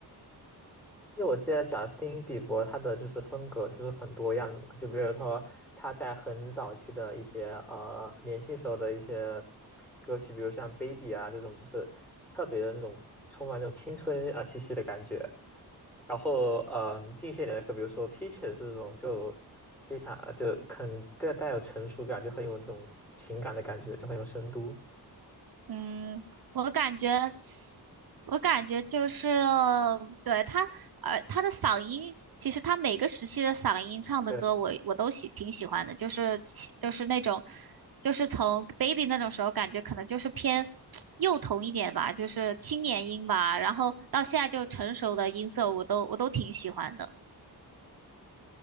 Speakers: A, in the centre; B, on the right.
A: 因为我记得贾斯汀·比伯他的就是风格就是很多样的嘛，就比如说他在很早期的一些呃年轻时候的一些歌曲，比如像《Baby》啊这种，就是特别的那种充满那种青春啊气息的感觉。然后嗯、呃近些年的歌，比如说《Peaches》这种就非常就很更带有成熟感，就很有那种情感的感觉，就很有深度。
B: 嗯，我感觉，我感觉就是，对，他，呃，他的嗓音，其实他每个时期的嗓音唱的歌我，
A: 对。
B: 我都喜挺喜欢的，就是喜就是那种，就是从 baby 那种时候，感觉可能就是偏幼童一点吧，就是青年音吧，然后到现在就成熟的音色，我都我都挺喜欢的。